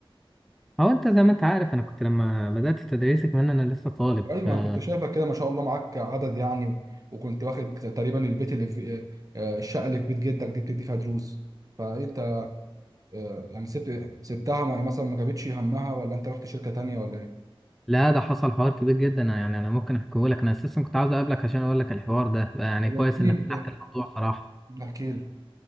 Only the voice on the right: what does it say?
ايوه
انا كنت شايفك كده ما شاء الله معاك عدد يعني و- وكنت واخد تقريبا البيت اللي في آه، الشقه اللي في بيت جدك دي بتدي فيها دروس فانت آه، يعني سبت سبتها ما- مثلا ما جابتش همها ولا انت رحت شركه تانيه ولا ايه؟
احكي
لي
كده
احكي لي